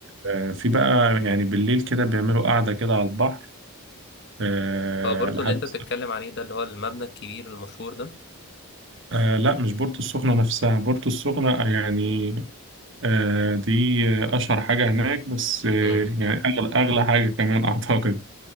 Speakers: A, on the right; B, on the left.
A: آه، في بقى يعني بالليل كده بيعملوا قعدة كده على البحر آه
B: هو بورتو
A: لحد
B: اللي انت بتتكلم عليه ده اللي هو المبنى الكبير المشهور ده
A: آه لا مش بورتو السخنة نفسها بورتو السخنة يعني آه دي أشهر حاجة هناك بس آه
B: امم
A: يعني أغلى أغلى حاجة كمان <laughs> أعتقد